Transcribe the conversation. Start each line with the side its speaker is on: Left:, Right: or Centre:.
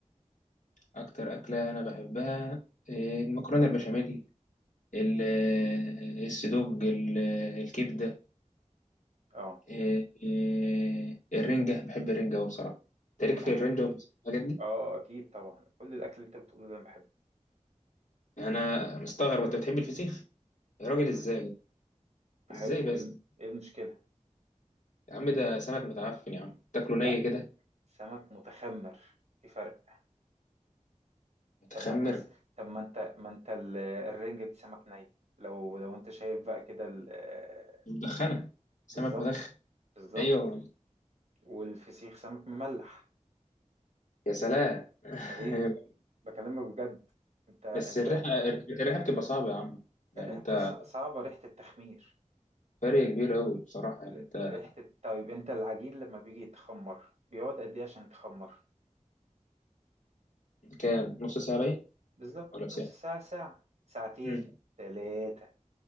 Left: اكتر أكلة انا بحبها إيه، المكرونة البشاميل ال- إيه السدوج ال- الكبدة
Right: اه
Left: إيه، إيه، الرنجة بحب الرنجة أوي بصراحة تاريخ
Right: تمام
Left: في الرنجة والحاجات دي
Right: اه اكيد طبعا كل الاكل اللي انت بتقوله ده انا بحبه
Left: انا مستغرب انت بتحب الفسيخ يا راجل
Right: بحبه
Left: ازاي
Right: بحبه
Left: ازاي بس
Right: ايه الم- إيه المشكلة
Left: يا عم ده سمك متعفن يا عم تاكله ني
Right: لا
Left: كده
Right: سمك متخمر في فرق
Left: متخمر
Right: طب ما انت س... طب ما انت ما انت ال- الرنجة دي سمك ني لو لو انت شايف بقى كده ال- آه،
Left: مدخنة سمك
Right: بالظبط
Left: مدخن
Right: بالظبط
Left: ايوه
Right: والفسيخ سمك مملح
Left: يا سلام <laughs>
Right: امال ايه بكلمك بجد انت انت
Left: بس الرحله الرحله بتبقى صعبه يا عم يعني
Right: الريحة
Left: انت
Right: بتاع الص- صعبة ريحة التخمير
Left: فرق كبير قوي بصراحه يعني
Right: ر-
Left: انت
Right: ريحة الت- طيب انت العجين لما بيجي يتخمر بيقعد قد ايه عشان يتخمر
Left: كام نص ساعه باين
Right: بالظبط
Left: ولا ساعه
Right: نص ساعة ساعة ساعتين
Left: امم
Right: تلاتة